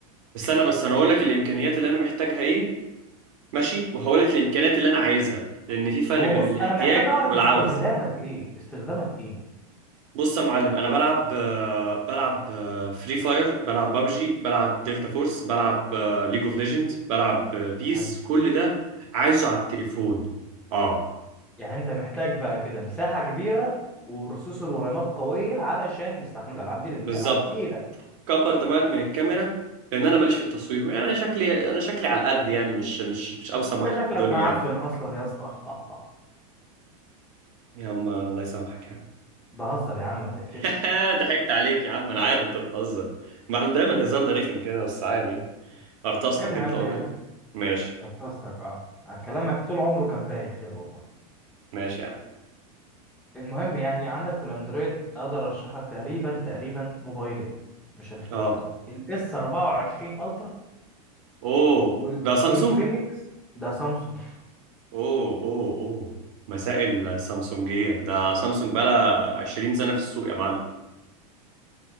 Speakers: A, on the right; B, in the centre.
A: استنى بس انا هقول لك الامكانيات اللي انا محتاجها ايه ماشي وهقول لك الامكانيات اللي انا عايزها لان في فرق
B: هو
A: بين
B: بص
A: الاحتياج
B: انا محتاج اعرف
A: والعوز
B: استخدامك ايه استخدامك ايه
A: بص يا معلم انا بلعب آه، بلعب فري فاير بلعب بابجي بلعب دلتا فورس بلعب ليج اوف ليجند بلعب آه، بيس
B: فهمت.
A: كل ده عايزه على التليفون اه
B: يعني انت محتاج بقى كده مساحة كبيرة وبروسيسور ورامات قوية علشان يستحمل الالعاب دي لان
A: بالظبط
B: دي العاب تقيلة
A: كبر دماغك من الكاميرا لان انا ماليش في التصوير يعني انا شكلي انا شكلي على القد يعني مش مش مش اوسم
B: انت
A: واحد
B: شكلك
A: في الدنيا
B: معفن
A: يعني
B: اصلا يا اسطى <laughs>
A: يا عم الله يسامحك يا عم
B: بهزر يا عم ما تقفش
A: <laughs> ضحكت عليك يا عم انا عارف انت بتهزر ما احنا دايما هزارنا رخم كده بس عادي يعني ارتستك
B: المهم
A: انت قول
B: يعني
A: إيه. ماشي
B: نفستك اه كلامك طول عمره كان بايخ يلا والله
A: ماشي يا عم
B: المهم يعني عندك في الاندرويد اقدر ارشح لك تقريبا تقريبا موبايلين مش هنختلف
A: اه
B: عليهم الاس 24 الترا
A: اوه
B: والانفينكس
A: ده سامسونج
B: ده سامسونج <laughs>
A: اوه اوه اوه مسائل سامسونجية ده سامسونج بقالها 20 سنة في السوق يا معلم